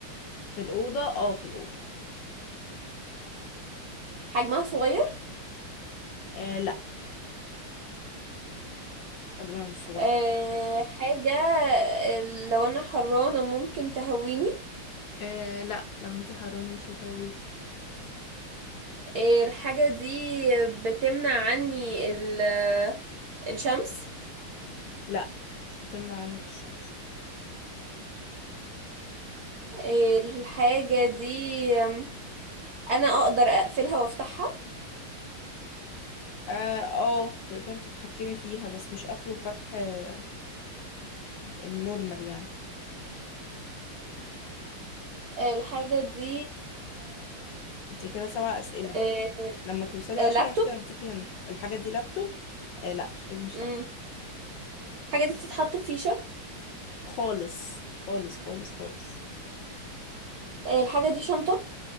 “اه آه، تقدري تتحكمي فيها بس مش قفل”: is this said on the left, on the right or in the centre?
Left